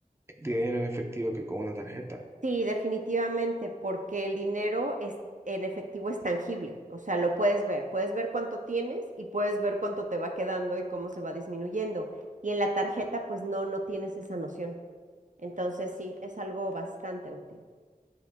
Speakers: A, on the right; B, on the right.
A: dinero en efectivo que con una tarjeta.
B: Sí, definitivamente, porque el dinero es, en efectivo es tangible, o sea, lo puedes ver, puedes ver cuánto tienes y puedes ver cuánto te va quedando y cómo se va disminuyendo. Y en la tarjeta, pues no, no tienes esa noción. Entonces, sí, es algo bastante útil.